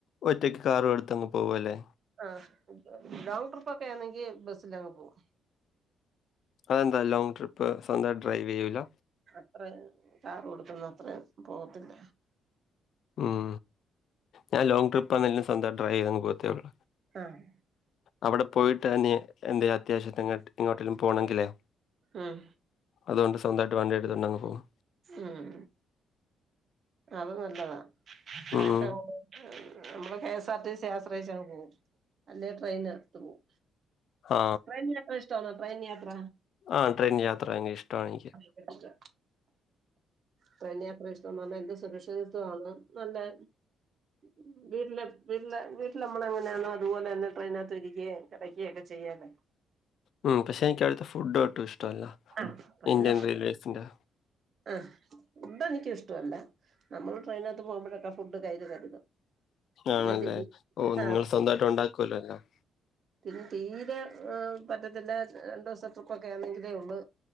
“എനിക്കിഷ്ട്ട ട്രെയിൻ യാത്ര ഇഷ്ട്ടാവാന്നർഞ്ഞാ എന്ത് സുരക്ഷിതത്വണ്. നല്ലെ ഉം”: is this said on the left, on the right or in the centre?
Right